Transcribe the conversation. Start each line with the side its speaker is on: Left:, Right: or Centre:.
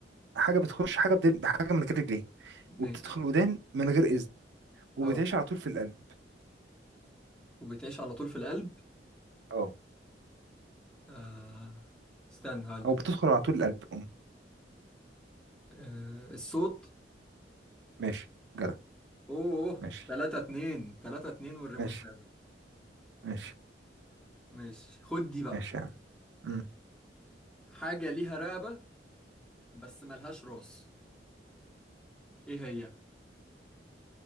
Right: حاجة بتخش حاجة بدل حاجة من غير رجلين
Centre: ماشي
Right: وبتدخل الودان من غير إذن وبتعيش
Centre: اه
Right: على طول في القلب
Centre: وبتعيش على طول في القلب
Right: اه
Centre: آه. استنى هقول لك
Right: أو بتدخل على طول القلب أم،
Centre: آه. الصوت
Right: ماشي جدع
Centre: اوه
Right: ماشي
Centre: 3 2 3 2 والريمونتادا
Right: ماشي ماشي
Centre: ماشي خد دي بقى
Right: ماشي يا عم
Centre: حاجة ليها رقبة بس ملهاش راس ايه هي